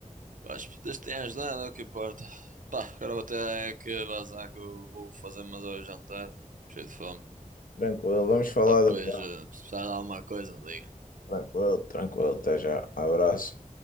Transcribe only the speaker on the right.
Pá, as putas têm ajudado, é o que importa. Pá, agora vou ter é que vazar que eu vou fazer mais ao jantar. Cheio de fome.
Ah, pois,
eh, se precisar de alguma coisa, liga.